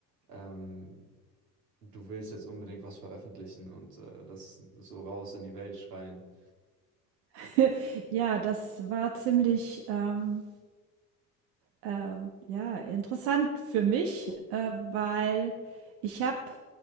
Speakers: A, on the right; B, on the right.
A: ähm, du willst jetzt unbedingt was veröffentlichen und äh, das so raus in die Welt schreien.
B: <laughs> Ja, das war ziemlich, ähm, äh, ja, interessant für mich, äh, weil ich habe